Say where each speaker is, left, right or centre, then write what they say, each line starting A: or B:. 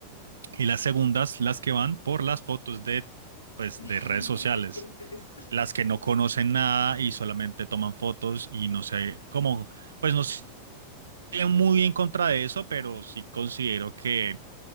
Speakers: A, on the right (about 70°); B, on the left (about 80°).
A: y las segundas, las que van por las fotos de, pues,
B: <laughs>
A: de redes sociales,
B: de Pinterest.
A: las que no conocen nada y solamente toman fotos y no sé, como, pues no estoy muy en contra de eso, pero sí considero que